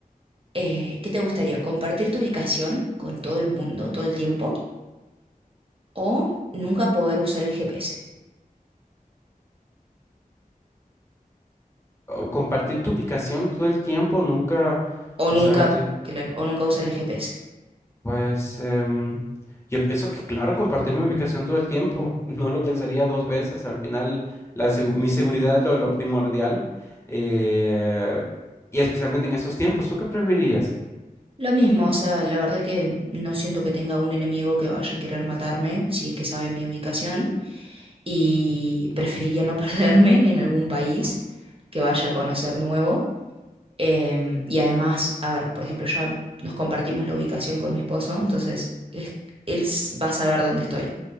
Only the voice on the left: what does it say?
O compartir tu ubicación todo el tiempo, nunca
usar
el
Pues em, yo pienso que, claro, compartir mi ubicación todo el tiempo, <laughs> no lo pensaría dos veces. Al final, la, segu- mi seguridad es lo, lo primordial, eh, y especialmente en estos tiempos. ¿Tú qué preferirías?